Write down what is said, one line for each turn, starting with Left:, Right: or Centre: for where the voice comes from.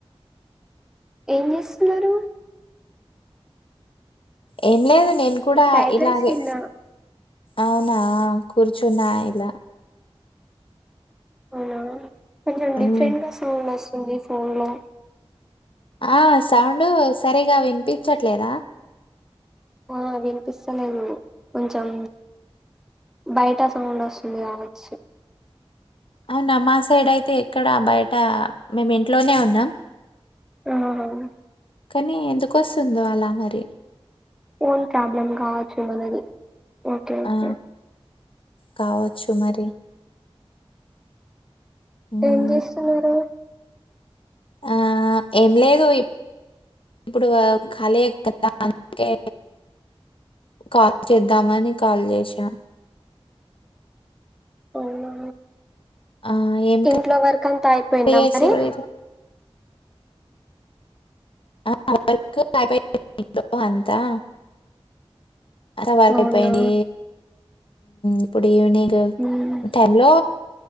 Centre: ఏం చేస్తున్నారు
Left: ఏం లేదు నేను కూడా
Centre: ఫ్రైడ్
Left: ఇలాగే
Centre: రైస్ తిన్నా
Left: అవునా కుర్చొన్న ఇలా
Centre: అవునా కొంచెం డిఫరెంట్
Left: మ్మ్
Centre: గా సౌండ్ వస్తుంది ఫోన్ లో
Left: ఆ సౌండ్ సరిగా వినిపించట్లేదా
Centre: ఆ వినిపిస్తలేదు కొంచెం బయట సౌండ్ వస్తుంది కావచ్చు
Left: అవునా మా సైడ్ అయితే ఎక్కడ బయట మేము ఇంట్లోనే ఉన్నాం
Centre: అవునా
Left: కానీ ఎందుకు వస్తుందో అలా మరి
Centre: ఫోన్ ప్రాబ్లమ్ కావచ్చు మనది ఓకే ఓకే
Left: ఆ కావచ్చు మరి మ్మ్
Centre: ఏం చేస్తున్నారు
Left: ఆ ఏం లేదు ఇప్పుడు ఖాళీయే కదా అందుకే కాల్ చేద్దామని కాల్ చేసా
Centre: అవునా
Left: ఆ! ఏం
Centre: ఇంట్లో వర్క్ అంతా అయిపోయిందా
Left: కర్రీ చేసిర్రు
Centre: మరి
Left: ఈరోజు? ఆ వర్క్ అయిపోయింది అంతా అలా వర్క్
Centre: అవునా
Left: అయిపోయింది ఇప్పుడు ఈవినింగ్
Centre: ఉమ్
Left: టైం లో